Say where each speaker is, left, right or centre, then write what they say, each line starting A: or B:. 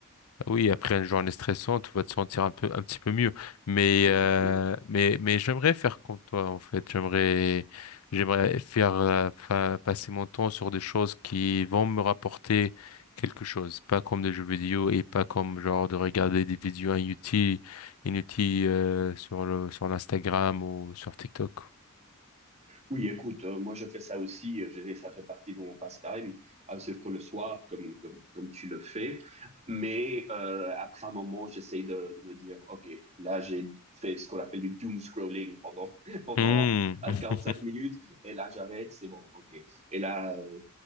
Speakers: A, on the left (about 80°); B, on the right (about 30°).
A: oui, après une journée stressante, tu vas te sentir un peu, un petit peu mieux. Mais,
B: exactement.
A: euh, mais, mais j'aimerais faire comme toi, en fait. J'aimerais, j'aimerais faire, euh, fa- passer mon temps sur des choses qui vont me rapporter quelque chose. Pas comme des jeux vidéo et pas comme genre de regarder des vidéos inutiles, inutiles, euh, sur le, sur l'Instagram ou sur TikTok.
B: Oui, écoute, euh, moi je fais ça aussi. euh, j'ai- ça fait partie de mon pastime, euh, surtout le soir, comme, comme, comme tu le fais. Mais euh, après un moment, j'essaye de, de me dire, OK, là j'ai fait ce qu'on appelle du doom scrolling pendant, <laughs> pendant
A: Hmm.
B: euh,
A: <laughs>
B: cinq minutes, et là j'arrête, c'est bon, OK. Et là, euh,